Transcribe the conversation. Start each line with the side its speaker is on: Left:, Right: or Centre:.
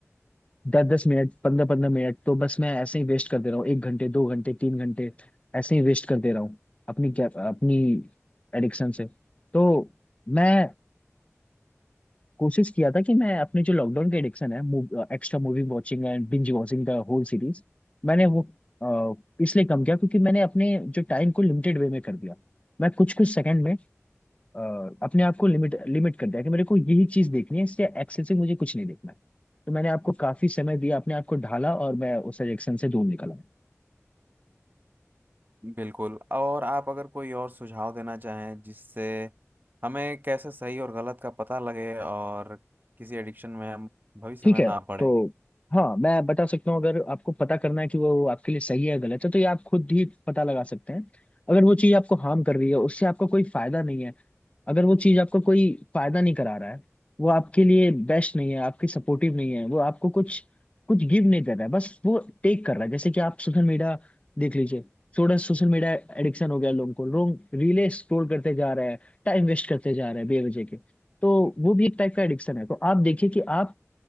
Left: दस दस मिनट पंद्रह पंद्रह मिनट तो बस मैं ऐसे ही वेस्ट कर दे रहा हूँ एक घंटे दो घंटे तीन घंटे ऐसे ही वेस्ट कर दे रहा हूँ अपनी क्या अपनी एडिक्शन से तो मैं कोशिश किया था कि मैं अपने जो लॉकडाउन के एडिक्शन है extra movie watching and binge watching the whole series मैंने वो अ, इसलिए कम किया क्योंकि मैंने अपने जो टाइम को लिमिटेड वे में कर दिया मैं कुछ कुछ सेकंड में अ, अपने आप को लिमिट लिमिट कर दिया कि मेरे को यही चीज देखनी है इससे एक्सेस से मुझे कुछ नहीं देखना है तो मैंने आपको काफी समय दिया अपने आप को ढाला और मैं उस एडिक्शन से दूर निकला
Right: बिल्कुल और आप अगर कोई और सुझाव देना चाहें जिससे हमें कैसे सही और गलत का पता लगे और किसी एडिक्शन में हम भविष्य
Left: ठीक
Right: में
Left: है
Right: ना पड़े
Left: तो हाँ मैं बता सकता हूँ अगर आपको पता करना है कि वो आपके लिए सही है गलत है तो ये आप खुद ही पता लगा सकते हैं अगर वो चीज आपको हार्म कर रही है उससे आपको कोई फायदा नहीं है अगर वो चीज आपको कोई फायदा नहीं करा रहा है वो आपके लिए बेस्ट नहीं है आपकी सपोर्टिव नहीं है वो आपको कुछ कुछ गिव नहीं कर रहा है बस वो टेक कर रहा है जैसे कि आप सोशल मीडिया देख लीजिए थोड़ा सोशल मीडिया एडिक्शन हो गया लोगों को लोग रीले स्क्रॉल करते जा रहे हैं टाइम वेस्ट करते जा रहे हैं बेवजह के तो वो भी एक टाइप का एडिक्शन है तो आप देखिए कि आप